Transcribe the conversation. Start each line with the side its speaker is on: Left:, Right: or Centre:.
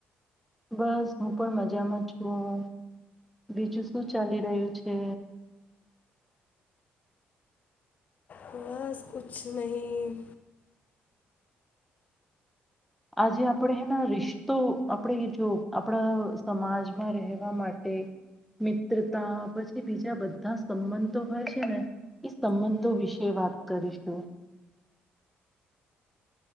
Centre: બસ હું પણ મજામાં છું બીજું શું ચાલી રહ્યું છે?
Left: બસ કુછ નહીં.
Centre: આજે આપણેના હેના રિશ્તો આપણે જો આપણા સમાજમાં રહેવા માટે મિત્રતા પછી બીજા બધા સંબંધો હોય છે ને એ સંબંધો વિશે વાત કરીશું.